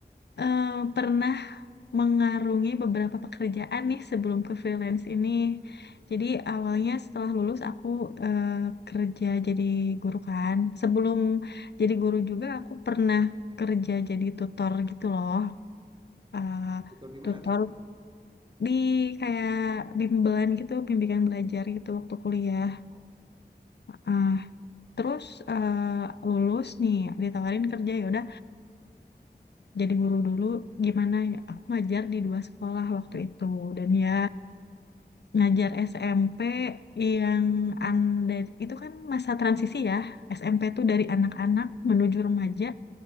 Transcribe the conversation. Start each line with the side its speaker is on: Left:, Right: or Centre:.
Left: eh, pernah mengarungi beberapa pekerjaan nih sebelum ke freelance ini. Jadi awalnya setelah lulus aku eh, kerja jadi guru kan. Sebelum jadi guru juga aku pernah kerja jadi tutor gitu loh. Eh,
Right: tutor di
Left: tutor
Right: mana kak
Left: di kayak bimbingan gitu, bimbingan belajar gitu waktu kuliah.
Right: Oh,
Left: Ah, terus eh, lulus nih ditawarin kerja ya eh jadi guru dulu gimana ya aku ngajar di dua sekolah waktu itu dan ya ngajar SMP yang an dan itu kan masa transisi ya SMP tuh dari anak-anak menuju remaja